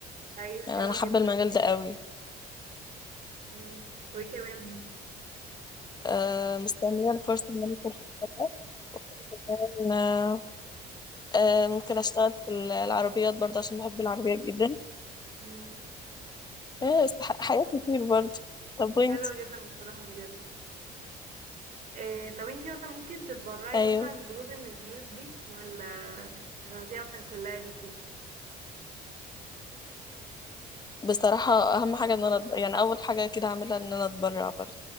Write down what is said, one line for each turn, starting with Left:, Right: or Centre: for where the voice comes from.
Right: ايوه حلوة
Left: يعني انا حابه
Right: جدا
Left: المجال ده قوي
Right: امم وايه كمان
Left: آه مستنيه الفرصه ان انا اكون في المجال ده. كمان، آه آه، ممكن اشتغل في العربيات برضه عشان بحب العربيات جدا
Right: امم
Left: آه، استح- حاجات كتير برضه طب وانت
Right: حلوة جدا بصراحة بجد إيه طب انتي مثلا ممكن تتبرعي
Left: ايوه
Right: مثلا بجزء من الفلوس دي ولا هتاخديها مثلا كلها ليكي
Left: بصراحة اهم حاجة ان انا أت- يعني اول حاجة كده اعملها ان انا اتبرع برضه